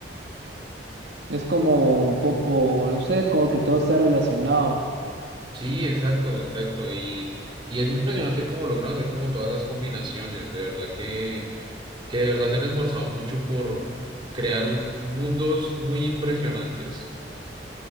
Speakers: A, on the right; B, on the right.
A: Es como un poco, no sé, como que todo está relacionado.
B: Sí, exacto, exacto. Y, y es impresionante cómo logran hacer como todas esas combinaciones. De verdad que, que de verdad se han esforzado mucho por crear un- mundos muy impresionantes.